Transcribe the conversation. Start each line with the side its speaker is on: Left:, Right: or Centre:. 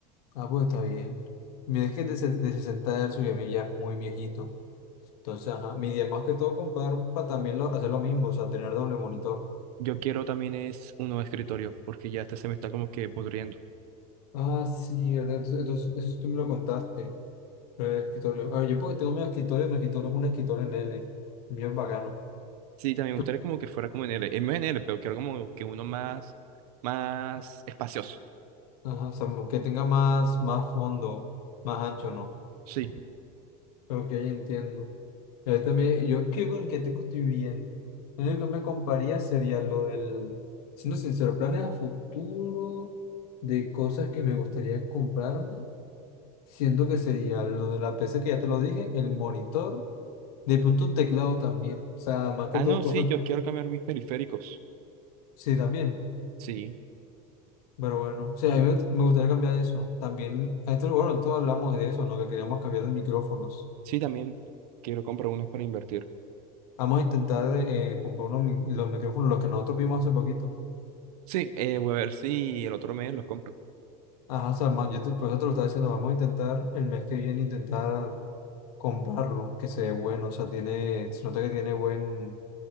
Left: Ah, pues está bien. Mira, es que es de, se- de 60 hercios y el mío ya es muy viejito. Entonces, ajá, mi idea más que todo comprar para también lo- hacer lo mismo, o sea, tener doble monitor.
Right: Yo quiero también es un nuevo escritorio porque ya este se me está como que pudriendo.
Left: Ah, sí, ¿verdad? Entonces, entonces, eso tú me lo contaste. Pero el escritorio. A ver, yo porque tengo mi escritorio, mi escritorio es un escritorio en L. Bien bacano.
Right: Sí, también me
Left: Tú-
Right: gustaría como que fuera como en L, en N L, pero quiero como que uno más, más espacioso.
Left: Ajá, o sea, mo- que tenga más, más fondo, más ancho, ¿no?
Right: Sí.
Left: Ok, entiendo. Y Este me, yo creo en que tengo estoy bien. Lo único que me compraría sería lo del, siendo sincero, planes a futuro de cosas que me gustaría comprarme. Siento que sería lo de la PC que ya te lo dije, el monitor, de pronto un teclado también. O sea, más que
Right: Ah,
Left: todo
Right: no,
Left: cosas,
Right: sí, yo quiero cambiar mis periféricos.
Left: sí, también.
Right: Sí,
Left: Pero bueno, sí, a mí me me gustaría cambiar eso. También, a esto, bueno, todos hablamos de eso, ¿no? Que queríamos cambiar de micrófonos.
Right: sí, también quiero comprar unos para invertir.
Left: Vamos a intentar eh, comprar unos mi- los micrófonos, los que nosotros vimos hace poquito.
Right: Sí, eh, voy a ver si el otro mes los compro.
Left: Ajá, o sea, ma- yo te, por eso te lo estaba diciendo, vamos a intentar el mes que viene intentar comprarlo, que se ve bueno, o sea, tiene, se nota que tiene buen